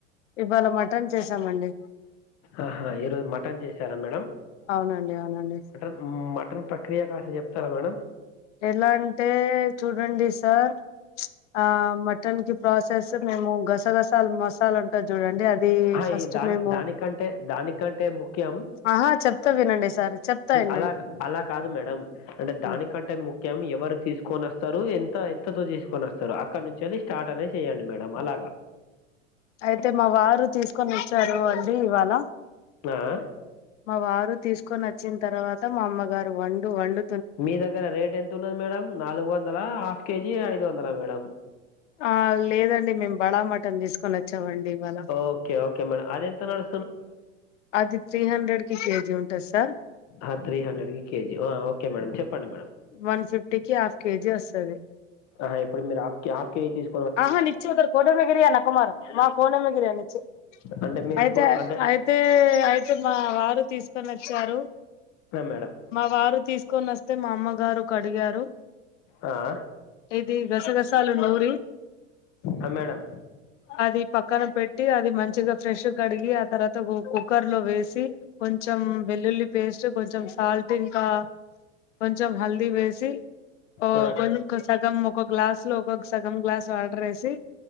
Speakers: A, on the left (about 75°); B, on the left (about 45°).
A: ఇవాళ మటన్ చేసామండి
B: ఆహా ఈరోజు మటన్ చేసారా మేడం
A: అవునండి అవునండి
B: హ్మ్ మటన్ ప్రక్రియ కాస్త చెప్తారా మేడం
A: ఎలా అంటే చూడండి సార్ ఆ మటన్ కి ప్రాసెస్ మేము గసగసాలు మసాల త చూడండి అది
B: అహా!
A: ఫస్ట్
B: ఈ దాని
A: మేము
B: దానికంటే దానికంటే ముఖ్యం
A: ఆహా చెప్తా వినండి సరి చెప్ త ఇన్
B: అలాగ అలా కాదు మేడం అంటే దానికంటే
A: ఉమ్.
B: ముఖ్యం ఎవరు తీసుకొనొస్తారు ఎంత ఎంతతో తీసుకోనోస్తారు అక్కడి నుంచెల్లి స్టార్ట్ అనేది చేయండి మేడం అలాగా
A: అయితే మా వారు తీసుకొని వస్తారు అండి ఇవాళ
B: ఆ
A: మా వారు తీసుకొని వచ్చిన తర్వాత మా అమ్మగారు వండు వండు
B: మీ దగ్గర రేట్ ఎంత ఉన్నది మేడం నాలుగు వందల హాఫ్ కేజీ ఐదు వందల మేడం
A: ఆ లేదండి మేము బడ మటన్ తీసుకొని వచ్చామండి ఇవాళ
B: ఓకే ఓకే మేడం అది ఎంత నడు
A: అది త్రీ హండ్రెడ్ కి కేజీ ఉంటది సార్
B: అ త్రీ హండ్రెడ్ కి కేజీ అ ఓకే మేడం చెప్పండి మ
A: వన్ ఫిఫ్టీ కి హాఫ్ కేజీ వస్తాది
B: ఆహా ఇప్పుడు మీరు ఆఫ్కి ఆఫ్ కేజి తీస్
A: ఆహా నిచ్చి ఉదర్ కోనమ్ గిరి య నక్కో మరో వా కోనమ్ గిరే అ నిచే
B: అంటే మీరు
A: అయితే
B: ఇప్పుడు
A: అయి
B: అంటే
A: అయితే అయితే మా వారు తీసుకొనివచ్చారు
B: ఆ, మేడం
A: మా వారు తీసుకొనొస్తే మా అమ్మగారు కడిగారు
B: ఆ
A: ఇది గసగసాలు నూరి
B: ఆ మేడం
A: అది పక్కన పెట్టి అది మంచిగా ఫ్రెష్ కడిగి ఆ తర్వాత కు కుక్కర్ లో వేసి కొంచెం వెల్లుల్లి పేస్ట్ కొంచెం సాల్ట్ ఇంకా కొంచెం హల్దీ వేసి ఓ
B: ఆ,
A: కొనుకో సగం ఒక గ్లాసు లో ఒక్కొక్క సగం గ్లాస్ వాటర్ వేసి